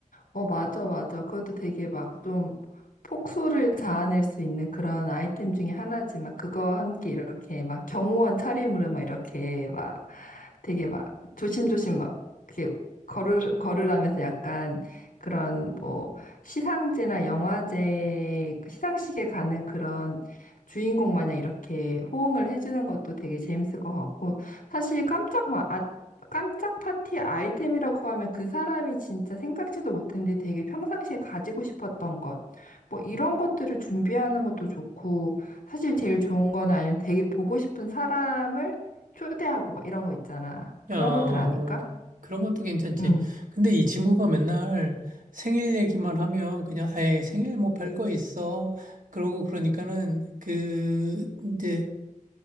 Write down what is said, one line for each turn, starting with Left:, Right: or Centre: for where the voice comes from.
Left: 어, 맞아, 맞아. 그것도 되게 막 좀 폭소를 자아낼 수 있는 그런 아이템 중에 하나지만 그거 함께 이렇게 막 경호원 차림으로 막 이렇게 막 되게 막 조심조심 막 이렇게 걸을, 걸으라면서 약간 그런 뭐 시상제나 영화제, 시상식에 가는 그런 주인공 마냥 이렇게 호응을 해주는 것도 되게 재밌을 것 같고 사실 깜짝 마, 깜짝 파티 아이템이라고 하면 그 사람이 진짜 생각지도 못했는데 되게 평상시에 가지고 싶었던 것. 뭐 이런 것들을 준비하는 것도 좋고, 사실 제일 좋은 거는 아니면 되게 보고 싶은 사람을 초대하고 막 이런 거 있잖아. 그런
Right: 어,
Left: 것들 아닐까?
Right: 그런 것도 괜찮지.
Left: 응.
Right: 근데 이 친구가 맨날 생일 얘기만 하면, 그냥, 에이, 생일 뭐 별거 있어. 그러고 그러니까는, 그, 이제,